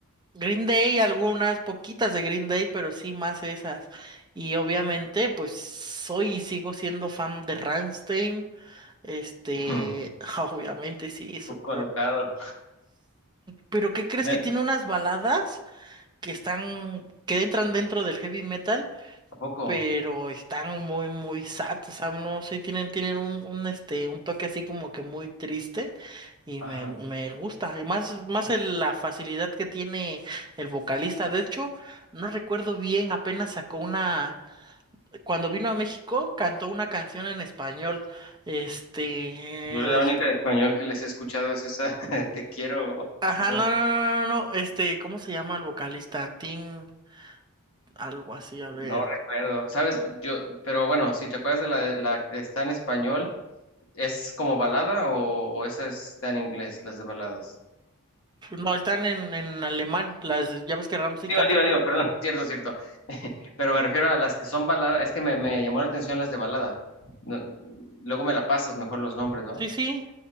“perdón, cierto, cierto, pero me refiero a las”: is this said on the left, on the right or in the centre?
Left